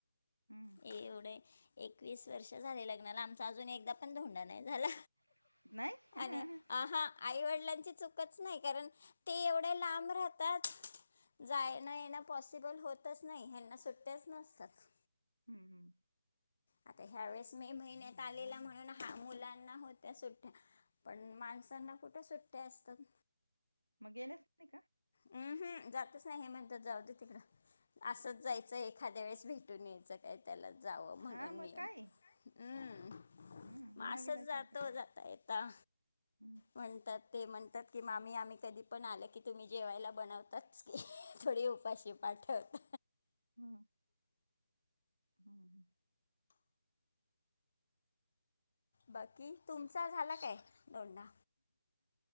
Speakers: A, on the right; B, on the left.
A: हम्म
B: एवढं एकवीस वर्ष झालेला लगला आमचा अजून एकदा पण धोंडा नाही झाला.
A: नाही.
B: आणि
A: <unintelligible>
B: हा आईवडिलांची चूकच नाही कारण ते एवढे लांब राहतात जायण येणं पॉसिबल होतच नाही हना सुट्ट्याच नसतात.
A: हम्म हम्म.
B: आता ह्या वेळेस मे महिन्यात आलेला म्हणून हा मुलांना होत्या सुट्ट्या पण माणसांना कुठे सुट्ट्या असतात.
A: मग गेल्याच नाही का.
B: हम्म हम्म जातच नाही हे म्हणत जाऊ दे तिकडं असंच जायचं एखाद त्या वेळेस भेटून यायचं काय त्याला जावं म्हणून
A: हा मग
B: नियम
A: काय
B: हम्म.
A: हम्म
B: मच
A: नाविलाज
B: जात
A: आहे काय
B: जात य
A: हम्म
B: म्हणतात ते म्हणतात की मामी आम्ही कधी पण आल की तुम्ही जेवायला बनवतातच केी थोडी उपाशी पाठवत
A: हम्म हम्म.
B: बाकी तुमचा झाला काय दोंडा